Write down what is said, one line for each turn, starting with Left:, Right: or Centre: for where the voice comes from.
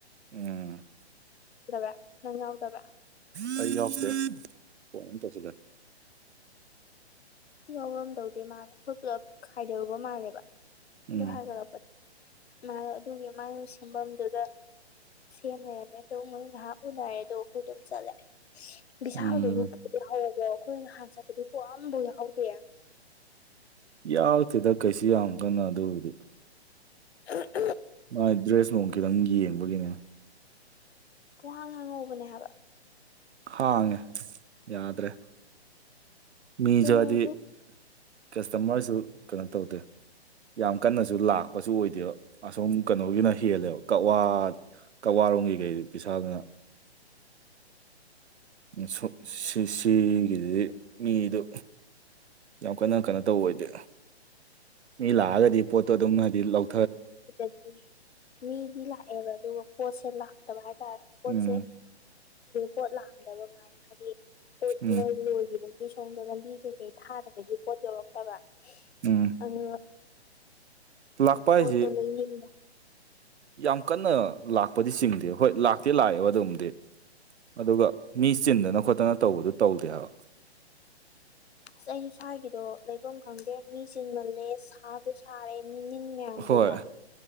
Right: ꯎꯝ
Left: ꯗꯕꯦ ꯅꯪꯥꯎꯎꯗꯕ
Right: ꯀ ꯍꯐꯇꯦ ꯐꯟ ꯇꯁꯤꯂꯦ
Left: ꯌꯥꯎꯔꯝꯗꯧꯗꯦ ꯃꯥꯜꯂꯦ ꯑꯩꯈꯣꯏ ꯄꯨꯜꯂꯞ ꯈꯥꯏꯗꯔꯨꯕ ꯃꯥꯜꯂꯦꯕ ꯑꯗꯨ
Right: ꯎꯝ
Left: ꯍꯥꯏꯒꯠꯂꯛꯄꯗꯣ ꯑꯗꯨꯒꯤ ꯃꯌ ꯁꯦꯝꯐꯝꯗꯨꯗ ꯁꯦꯃꯦ ꯍꯥꯏ ꯃ ꯇꯧ ꯉꯃ ꯎꯅꯔꯦ ꯗꯣꯈꯣꯏ ꯇꯝ ꯆꯂ ꯕꯤꯁꯥꯎꯗꯨꯕꯨꯗꯤ
Right: ꯎꯝ
Left: ꯍꯧꯕꯣ ꯑꯩꯈꯣꯏꯅꯍꯥꯟ ꯆꯠꯄꯗꯤ ꯄꯨꯑꯕꯨ ꯌꯥ
Right: ꯌꯥꯎꯛꯇꯦꯗ ꯀꯩꯁꯨ ꯌꯥꯝ ꯀꯅꯣ ꯑꯗꯨꯕꯨꯗꯤ
Left: ꯍ
Right: ꯃꯥꯏ ꯗ꯭ꯔꯦꯁ ꯅꯨꯡ ꯈꯤꯇꯪ ꯌꯦꯡꯕꯒꯤꯅꯦ
Left: ꯄꯍꯥꯡ ꯍꯥꯡꯉꯧꯕꯅꯦ ꯍꯥꯏꯕ
Right: ꯍꯥꯡꯉꯦ ꯌꯥꯗ꯭ꯔꯦ ꯃꯤꯁꯨ
Left: ꯅꯤꯁꯨ
Right: ꯍꯥꯏꯗꯤ ꯀꯁꯇꯃꯔꯁꯨ ꯀꯩꯅꯣ ꯇꯧꯗꯦ ꯌꯥꯝ ꯀꯟꯅꯁꯨ ꯂꯥꯛꯄꯁꯨ ꯑꯣꯏꯗꯦꯕ ꯑꯁꯣꯝ ꯀꯩꯅꯣꯒꯤꯅ ꯍꯦꯜꯂꯦꯕ ꯀꯋꯥ ꯀꯋꯥ ꯄꯔꯣꯝꯒꯤ ꯀꯩ ꯄꯤꯁꯥꯗꯅ ꯁꯨ ꯁꯤꯁꯤꯒꯤꯗꯨꯗꯤ ꯃꯤꯗꯨ ꯌꯥꯝ ꯀꯟꯅ ꯀꯩꯅꯣ ꯇꯧꯕ ꯑꯣꯏꯗꯤ ꯃꯤ ꯂꯥꯛꯑꯒꯗꯤ ꯄꯣꯠꯇꯣ ꯑꯗꯨꯝ ꯍꯥꯏꯗꯤ ꯂꯧ
Left: ꯑꯗꯨꯗꯤ ꯃꯤꯗꯤ ꯂꯥꯛꯑꯦꯕ ꯑꯗꯨꯒ ꯄꯣꯠꯁꯦ ꯂꯥꯛꯇꯕ ꯍꯥꯏꯠ ꯍꯣꯏ ꯄꯣꯠꯁꯦ
Right: ꯎꯝ
Left: ꯄꯣꯠ ꯂꯥꯛꯑꯝꯗꯕ ꯃꯥꯥꯏꯅ ꯍꯥꯏꯗꯤꯏ ꯄꯣꯠ
Right: ꯎꯝ
Left: ꯃꯣꯏ ꯂꯣꯏꯒꯤꯕꯒꯤ ꯁꯣꯝꯗ ꯂꯝꯕꯤ ꯀꯩꯀꯩ ꯊꯥꯗꯕꯒꯤ ꯄꯣꯠ ꯌꯧꯔꯛꯇꯕ
Right: ꯎꯝ
Left: ꯑ ꯑꯣ
Right: ꯂꯥꯛꯄ ꯍꯥꯏꯁꯤ
Left: ꯄꯣꯠꯇꯣ ꯂꯩꯅꯤꯡꯕꯔ
Right: ꯌꯥꯝ ꯀꯟꯅ ꯂꯥꯛꯄꯗꯤ ꯆꯤꯡꯗꯦ ꯍꯣꯏ ꯂꯥꯛꯇꯦ ꯂꯥꯛꯑꯦꯕ ꯑꯗꯨꯝꯗꯤ ꯑꯗꯨꯒ ꯃꯤ ꯆꯤꯟꯗꯅ ꯈꯣꯠꯇꯅ ꯇꯧꯕꯗꯨ ꯇꯧꯗꯦ ꯍꯥꯏꯕ
Left: ꯑꯁ ꯑꯩꯁꯨ ꯁ꯭ꯋꯥꯏꯒꯤꯗꯣ ꯂꯩꯐꯝ ꯈꯪꯗꯦ ꯃꯤ ꯆꯤꯟꯃꯜꯂꯦ ꯁꯥꯕꯨ ꯁꯥꯔꯦ ꯃꯤꯅꯤꯟ ꯃꯌꯥꯝꯗꯨꯅ
Right: ꯍꯣꯏ